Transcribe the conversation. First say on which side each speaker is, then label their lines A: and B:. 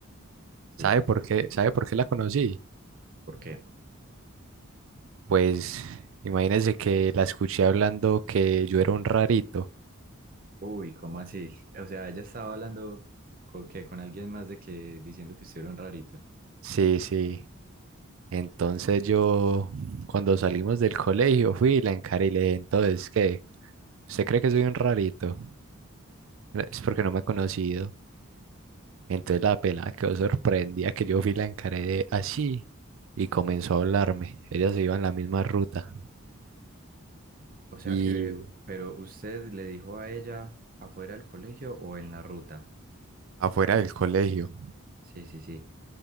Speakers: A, on the right; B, on the right.
A: Sí,
B: ¿Sabe
A: sí,
B: por
A: sí.
B: qué? ¿Sabe por qué la conocí?
A: ¿Por qué?
B: Pues imagínense que la escuché hablando que yo era un rarito.
A: Uy, ¿cómo así? O sea, ella estaba hablando con que con alguien más de que diciendo que usted era un rarito.
B: Sí, sí. Entonces yo, cuando salimos del colegio, fui y la encaré y le dije, entonces, ¿qué? ¿Usted cree que soy un rarito? "No, Es porque no me ha conocido. Entonces la pelada quedó sorprendida que yo fui y la encaré de así y comenzó a hablarme. Ella se iba en la misma ruta
A: O sea
B: y
A: que, pero usted le dijo a ella afuera del colegio o en la ruta.
B: afuera del colegio,
A: Sí, sí, sí.